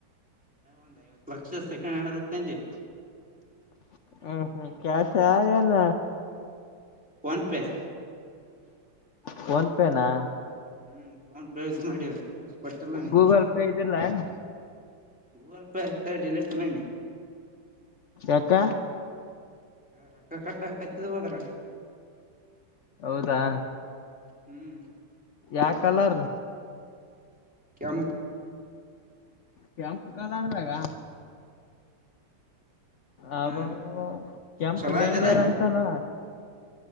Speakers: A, in the centre; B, on the left.
A: ಒಂದ್ ಐವತ್ ಲಕ್ಷ ಸೆಕೆಂಡ್ ಹ್ಯಾಂಡ್ ಅಲ್ಲಿ ತಂದೆ
B: ಹ್ಮ್ ಹ್ಮ್ ಕ್ಯಾಶ್ ಹಾ ಏನ
A: ಫೋನ್ ಪೆ
B: ಫೋನ್ ಪೆ ನಾ
A: ಹ್ಮ್ ಫೋನ್ ಪೇ ಯೂಸ್ ಮಾಡ ಕ್ಯಾಶ್ ಪಟ್ಟಲ್ಲ ನೀ
B: ಗೂಗಲ್ ಪೇ ಇದ್ದಿಲ್ಲ ಏನ್
A: ಗೂಗಲ್ ಪೇ ಆಗ್ತ ಡಿಲೀಟ್ ಮಾಡಿ
B: ಎಕ್ಕ
A: ರೊಕ್ಕ ಕಟ್ಟ ಕಚ್ಚದ ಹೋದ ರ
B: ಹೌದಾ
A: ಹ್ಮ್
B: ಯಾವ ಕಲರ್
A: ಕೆಂಪ್
B: ಕೆಂಪ ಕಲರ್ದಾಗ್ ಆಬ
A: ಹ
B: ಕೆಂಪ್
A: ಚಲೋ
B: ಡೇಂಜರ್
A: ಅದಿಲ್ಲ
B: ಅಂತಲ್ಲ